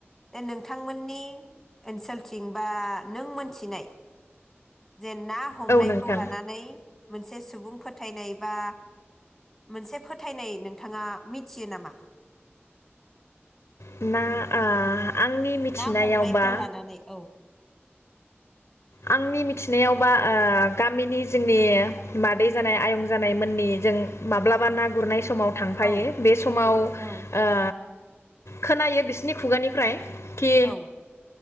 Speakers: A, in the centre; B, on the left.
A: नोंथांमोननि ओनसोलथिं बा नों मोनथिनाय जे ना हमनायखौ
B: औ नोंथां
A: लानानै मोनसे सुबुं फोथायनाय बा मोनसे फोथायनाय नोंथाङा मिथियो नामा?
B: ना आ आंनि मिथिनायावबा
A: ना हमनायखौ लानानै औ।
B: आंनि मिथिनायावबा ओ गामिनि जोंनि मादै जानाय आयं जानायमोननि जों माब्लाबा ना गुरनाय सम समाव थांफायो
A: औ
B: बे समाव ओ
A: औ
B: खोनायो बिसिनि खुगानिफ्राय खि
A: औ